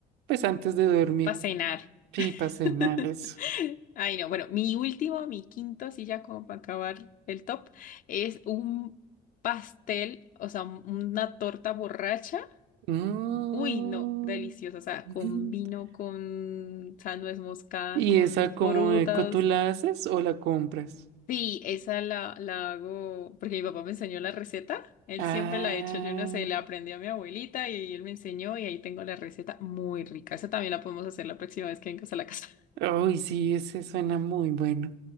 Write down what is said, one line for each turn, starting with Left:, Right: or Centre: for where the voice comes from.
Right: pues antes de dormir.
Left: Para cenar.
Right: Sí, para cenar
Left: <laughs>
Right: eso.
Left: Ay, no. Bueno, mi último, mi quinto, así ya como para acabar el top, es un pastel, o sea, un- una torta borracha.
Right: Mm.
Left: Uy, no, deliciosa. O sea,
Right: <laughs>
Left: con vino, con, o sea, nuez moscada,
Right: ¿Y
Left: con
Right: esa
Left: frutas.
Right: como eco tú la haces o la compras?
Left: Sí, esa la, la hago porque mi papá me enseñó la receta. Él
Right: Ah,
Left: siempre la ha hecho, yo no sé, la aprendí a mi abuelita y él me enseñó y ahí tengo la receta muy rica. Esa también la podemos hacer la próxima vez que vengas a la casa.
Right: uy, sí, ese suena muy bueno.